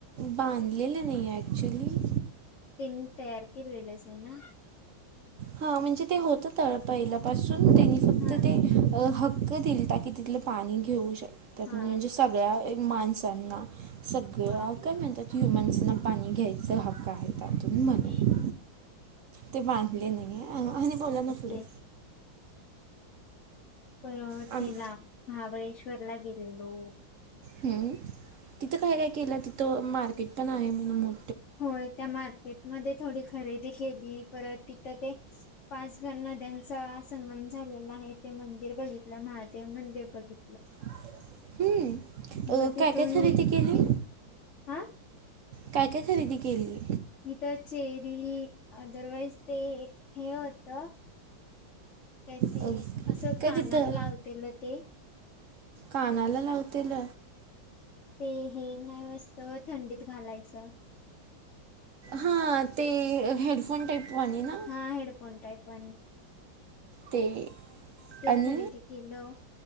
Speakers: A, on the right; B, on the left.
A: बांधलेलं नाही आहे ॲक्च्युली
B: तीन तयार केलेलंच ना.
A: हा म्हणजे ते होतं तळ पाहिलापासून त्यांनी फक्त
B: हा
A: ते अ हक्क दिल की तिथलं पाणी घेऊ शक त्या
B: हा
A: म्हणजे सगळ्या माणसांना सगळ्या.
B: हा
A: काय म्हणतात ह्युमान्सांना पाणी घ्यायचा हक्क आहे. त्यातून
B: हम्म.
A: म्हणून ते बांधले नाही. आणि बोला ना
B: ओके
A: झाले.
B: परत
A: आम्ही
B: हेला, महाबळेश्वरला गेलेलो.
A: हम्म. तिथं काय- काय केलं? तिथं मार्केट पण आहे म्हण मो
B: होय. त्या मार्केटमध्ये थोडी खरेदी केली. परत तिथं ते पाचगण नद्यांचा संगम झालेला आहे, ते मंदिर बघितलं. महादेव मंदिर बघित
A: हम्म. अ
B: मग तिथून
A: काय- काय खरेदी
B: नि
A: केली?
B: हा
A: काय- काय खरेदी केली?
B: तिथं चेरी. अदरवाईज ते एक हे होतं. काय ते?
A: अ,
B: असं
A: काय
B: कानाला
A: तिथं
B: लावतेल ते.
A: कानाला लावतेल?
B: ते हे, नाही अस्तं थंडीत घालायचं.
A: हा, ते हेडफोन टाईपवाणी ना.
B: हा, हेडफोन टाईप वानी.
A: ते
B: ते
A: आणि
B: खरेदी केलं.